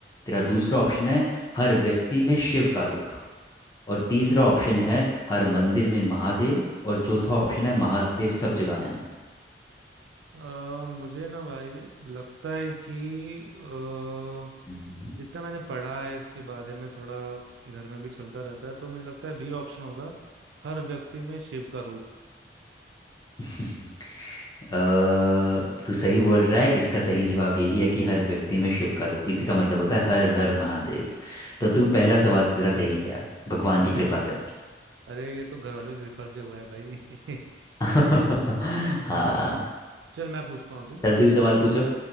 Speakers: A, on the left (about 20°); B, on the right (about 80°).
A: तेरा दूसरा ऑप्शन है हर व्यक्ति में शिव का रूप और तीसरा ऑप्शन है हर मंदिर में महादेव और चौथा ऑप्शन है महादेव सब जगह हैं
B: अ, मुझे ना भाई लगता है कि अ,
A: हम्म।
B: जितना मैंने पढ़ा है इसके बारे में थोड़ा घर में भी चलता रहता है तो मुझे लगता है बी ऑप्शन होगा हर व्यक्ति में शिव का रूप
A: <laughs> अ, तू सही बोल रहा है इसका सही जवाब यही है कि हर व्यक्ति में शिव का रूप इसी का मतलब होता है हर हर महादेव तो तू पहला सवाल तो तेरा सही किया भगवान
B: हम्म
A: की कृपा से
B: अरे ये तो घर वालों की कृपा से हुआ है भाई <laughs>
A: <laughs>
B: हम्म
A: हाँ
B: चल मैं पूछता हूँ अभी
A: चल तू सवाल पूछो